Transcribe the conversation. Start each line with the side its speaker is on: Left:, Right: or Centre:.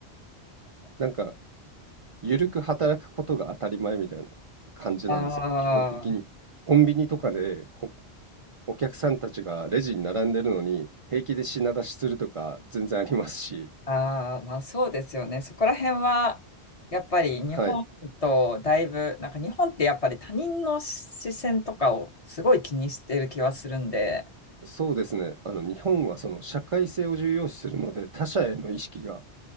Right: なんか、ゆるく働くことが当たり前みたいな感じなんですよ、
Left: あ
Right: 基本的に。コンビニとかで北お客さんたちがレジに並んでるのに平気で品出しするとか全然ありますし、
Left: あ、ああ、まあそうですよね。そこら辺は、やっぱり日本とだいぶ、
Right: はい、
Left: なんか日本ってやっぱり他人の視線とかをすごい気にしてる気はするんで、
Right: そうですね。あの日本はその社会性を重要視するので他者への意識が